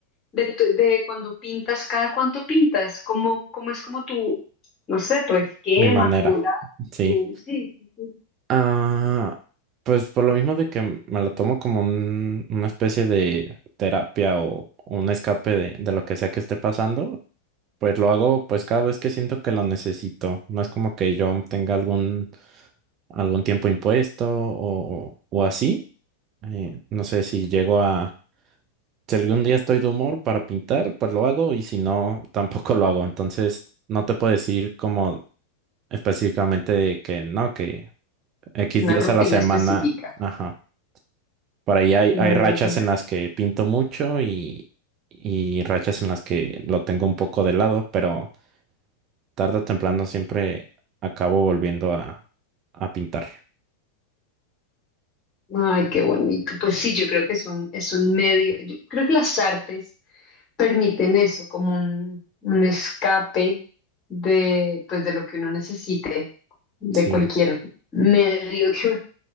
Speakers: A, on the left; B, on the right.
A: de, de, tu- de cuando pintas, cada cuánto pintas, cómo, cómo es como tu, no sé, tu esquema,
B: Mi manera.
A: tu horario,
B: Sí.
A: tu, sí, sí, sí,
B: Ah, pues por lo mismo de que m- me lo tomo como un- una especie de terapia o un escape de, de lo que sea que esté pasando, pues lo hago pues cada vez que siento que lo necesito. No es como que yo tenga algún, algún tiempo impuesto o, o así. Eh, no sé si llego a Si algún día estoy de humor para pintar, pues lo hago y si no, <laughs> tampoco lo hago. Entonces, no te puedo decir como específicamente de que no, que X
A: una
B: días
A: rutina
B: a la semana,
A: específica.
B: ajá. Por ahí hay,
A: Ya,
B: hay rachas
A: ya, ya.
B: en las que pinto mucho y, y rachas en las que lo tengo un poco de lado, pero tarde o temprano siempre acabo volviendo a, a pintar.
A: Ay, qué bonito. Pues sí, yo creo que es un, es un medio. Yo creo que las artes permiten eso, como un, un escape de, pues, de lo que uno necesite, de
B: Sí.
A: cualquier medio que uno